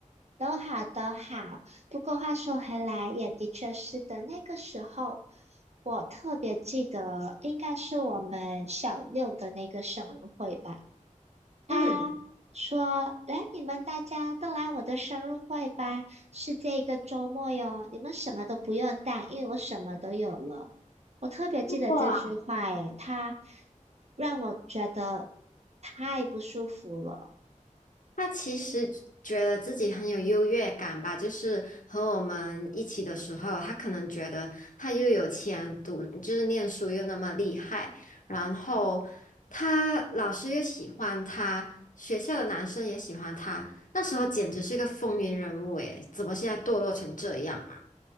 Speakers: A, on the right (about 50°); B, on the left (about 70°).
A: 都好都好。不过话说回来，也的确是的，那个时候我特别记得，应该是我们小六的那个生日会吧。他说：
B: 嗯。
A: “来，你们大家都来我的生日会吧，是这个周末哟，你们什么都不用带，因为我什么都有了。”我特别记得这句话，
B: 哇。
A: 诶，他让我觉得太不舒服了。
B: 他其实觉得自己很有优越感吧，就是和我们一起的时候，他可能觉得他又有钱读，就是念书又那么厉害，然后他老师又喜欢他，学校的男生也喜欢他，那时候简直是个风云人物诶，怎么现在堕落成这样啊？